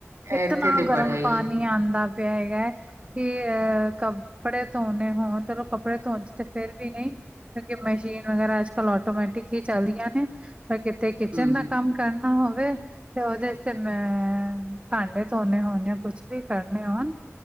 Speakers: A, on the right; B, on the right.
A: ਇਤਨਾ
B: ਇੱਥੇ ਤੇ
A: ਗਰਮ
B: ਬੜਾ ਹੀ
A: ਪਾਣੀ ਨਈ ਆਂਦਾ ਪਿਆ ਹੈਗਾ। ਕੀ ਅਹ ਕੱਪੜੇ ਧੋਣੇ ਹੋਣ, ਚਲੋ ਕੱਪੜੇ ਧੋਣ ਚ ਤੇ ਫੇਰ ਵੀ ਨਈਂ ਕਿਉਂਕਿ ਮਸ਼ੀਨ ਵਗੈਰਾ ਅੱਜ-ਕਲ ਆਟੋਮੈਟਿਕ ਈ ਚੱਲਦੀਆਂ ਨੇਂ। ਫ ਕਿਤੇ ਕਿਚਨ
B: ਹਮ
A: ਦਾ ਕੰਮ ਕਰਨਾ ਹੋਵੇ ਤੇ ਓਦੇ ਚ ਤੇ ਮੈਂ ਭਾਂਡੇ ਧੋਣੇ ਹੋਣ ਜਾਂ ਕੁਛ ਵੀ ਕਰਨੇ ਹੋਣ,